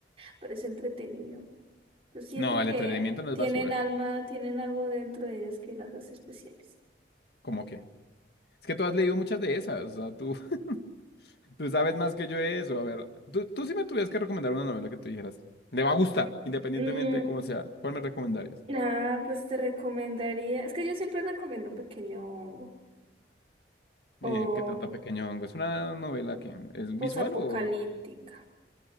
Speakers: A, on the right; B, on the left.
A: pero es entretenido. Yo siento
B: No,
A: que
B: el entretenimiento no
A: tienen
B: es basura.
A: alma, tienen algo dentro de ellas que las hace especiales.
B: ¿Cómo que? Es que tú has leído muchas de esas. O sea, tú, <laughs> tú sabes más que yo de eso. A ver, tú, tú sí me tuvieras que recomendar una novela que tú dijeras. Le va a gustar, independientemente
A: Mm,
B: de cómo sea. ¿Cuál me recomendarías?
A: nada, pues te recomendaría... Es que yo siempre recomiendo Pequeño Hongo.
B: Eh,
A: o
B: ¿qué trata Pequeño Hongo? ¿Es una novela que es
A: posapocalíptica.
B: visual o